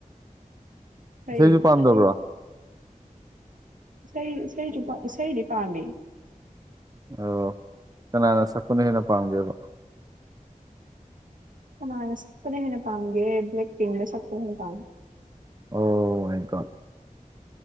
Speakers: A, on the right; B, on the right.
A: ꯀꯩ
B: ꯏꯁꯩꯁꯨ ꯄꯥꯝꯗꯕ꯭ꯔꯣ
A: ꯏꯁꯩ ꯏꯁꯩ ꯏꯁꯩꯖꯨ ꯄꯥꯝ ꯏꯁꯩꯗꯤ ꯄꯥꯝꯃꯦ꯫
B: ꯑꯧ ꯀꯅꯥꯅ ꯁꯛꯄꯅ ꯍꯦꯟꯅ ꯄꯥꯝꯒꯦꯕ꯫
A: ꯀꯅꯥꯅ ꯁꯛꯄꯅ ꯍꯦꯟꯅ ꯄꯥꯝꯒꯦ ꯕ꯭ꯂꯦꯛ ꯄꯤꯡꯅ ꯁꯛꯄꯅ ꯍꯦꯟꯅ ꯄꯥꯝꯃꯤ꯫
B: ꯑꯣ ꯃꯥꯏꯒꯣꯠ꯫